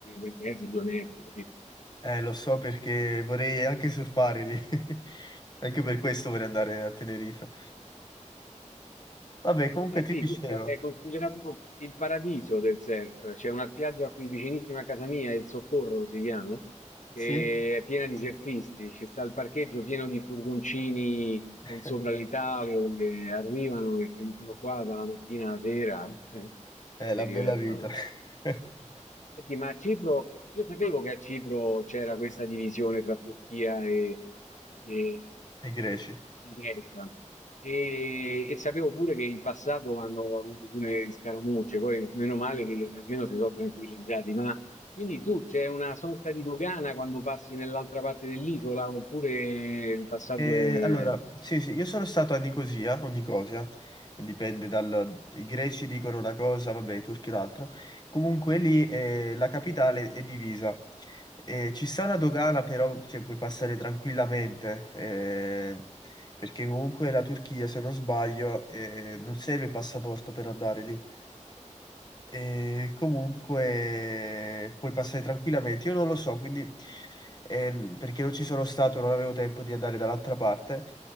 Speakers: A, on the left (about 75°); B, on the left (about 35°).
A: e mezzo, due metri, capito?
B: Eh, lo so perché vorrei anche surfare lì. <laughs> Anche per questo vorrei andare a Tenerife. Vabbè, comunque
A: Eh
B: ti
A: sì,
B: dicevo,
A: questo è considerato il paradiso del surf. C'è una spiaggia qui vicinissima a casa mia, il Soccorro si chiama, che
B: sì?
A: è piena di surfisti. Ci sta il parcheggio pieno di furgoncini
B: <laughs>
A: con sopra le tavole, arrivano e si mettono qua dalla mattina alla sera eh,
B: È
A: si
B: la
A: divertono.
B: bella vita. <laughs>
A: Senti, ma a Cipro, io sapevo che a Cipro c'era questa divisione tra Turchia e, e-
B: E greci.
A: e Grecia e, e sapevo pure che in passato hanno avuto pure scaramucce, poi meno male che almeno si sono tranquillizzati, ma quindi tu c'è una sorta di dogana quando passi nell'altra parte dell'isola oppure il passaggio
B: Eh,
A: è...
B: allora, sì, sì, io sono stato a Nicosia o Nicosia, dipende dal... I greci dicono una cosa, vabbè, i turchi l'altra. Comunque lì eh, la capitale è divisa. Eh, ci sta una dogana, però cioè, puoi passare tranquillamente, eh, perché comunque la Turchia, se non sbaglio, eh, non serve il passaporto per andare lì. E comunque puoi passare tranquillamente. Io non lo so, quindi ehm, perché non ci sono stato, non avevo tempo di andare dall'altra parte,